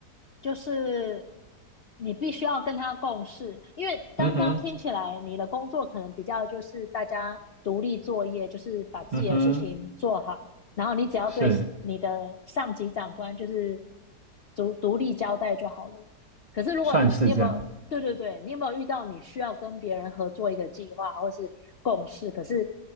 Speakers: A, on the left; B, on the right.
A: 就是你必须要跟他共事？因为刚刚听起来你的工作可能比较就是大家独立作业，
B: 嗯哼，
A: 就是把自己的事情做好，
B: 嗯哼，
A: 然后你只要对你的上级长官就是
B: 是，
A: 独独立交代就好了。可是如果你你有没有对对对，
B: 算是这样。
A: 你有没有遇到你需要跟别人合作一个计划或是共事，可是